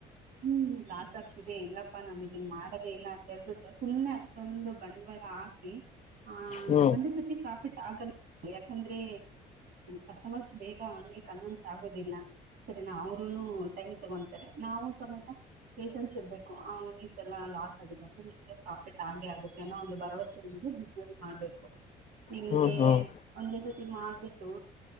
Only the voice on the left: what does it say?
ಹ್ಮ್
ಹ್ಮ್ ಹ್ಮ್